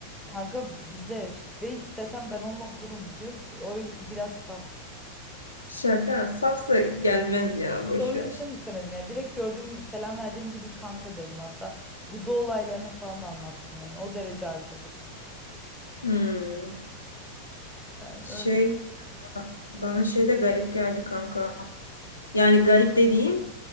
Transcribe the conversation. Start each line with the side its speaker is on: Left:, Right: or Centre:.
Centre: Kanka bizle yaşıt ve istesem ben onunla olurum biliyor musun? O biraz saf.
Left: <laughs> Şaka. Safsa gelmez ya boş
Centre: O yüzden
Left: ver.
Centre: istemedim ya. Direkt gördüğüm gibi selam verdiğim gibi kanka dedim hatta. Bu da olaylarını falan anlattım yani. O derece arkadaşız.
Left: Hmm.
Centre: Yani
Left: Şey
Centre: öyle
Left: bana şey de garip geldi kanka. Yani garip dediğim